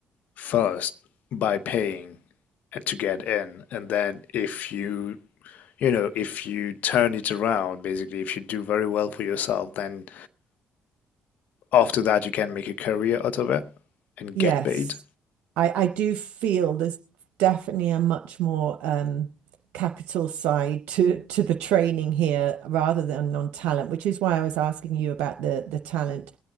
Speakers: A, on the left; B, on the right.
A: first by paying to get in, and then if you you know if you turn it around, basically if you do very well for yourself, then after that you can make a career out of it and
B: Yes.
A: get paid.
B: I, I do feel there's definitely a much more um, capital side to, to the training here rather than on talent, which is why I was asking you about the, the talent.